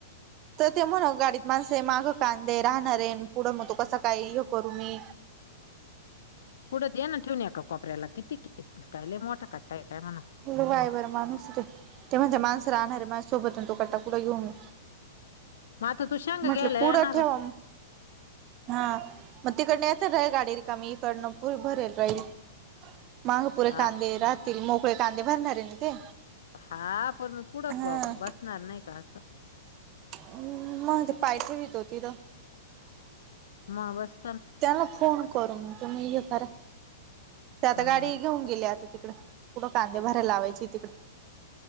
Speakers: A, on the right; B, on the left.
A: तर ते म्हण गाडीत माणस मागं कांदे राहणार आहेन पुढं मग तो कसं काय हे करू मी.
B: पुढत दिना ठेवु न एका कोपऱ्याला किती कायले मोठा काय आहे म्हणा
A: लई वाय वारं माणूस ते ते महन त्या माणस राहणार रे माझ्या सोबत ना तो कटा कुडं घेऊ मी.
B: मग आता तू शेंगा
A: म्हटले
B: घ्यायला
A: पुढं
B: येणारच
A: ठेवा हा मग तिकडन येत रय गाडी रिकाम इकडनं पुरी भरेल राहील माग पुरे
B: हा
A: कांदे राह मोकळे कांदे भरणारे ना ते.
B: हा पण मग पुढं
A: हा
B: क बसणार नाही का असं.
A: हम् मग ते पाय ठेवीतो तिथं.
B: मग बस
A: त्यांना फोन करून तुम्ही हे करा ते आता
B: हा
A: गाडी
B: ना,
A: घेऊन गेली आता तिकड कुठं कांदे भरायला लावायची तिकडे